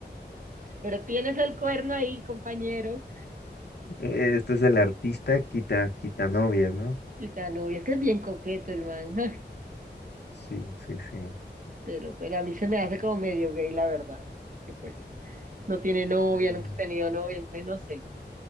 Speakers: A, on the right; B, on the left.
A: Pero tienes el cuerno ahí, compañero.
B: eh, este es el artista quita, quita novias, ¿no?
A: Gitano, y es que es bien coqueto el man. <laughs>
B: Sí, sí, sí.
A: Pero, pero a mí se me hace como medio gay, la verdad. Que pues no tiene novia,
B: Mm.
A: nunca ha tenido novia, entonces no sé.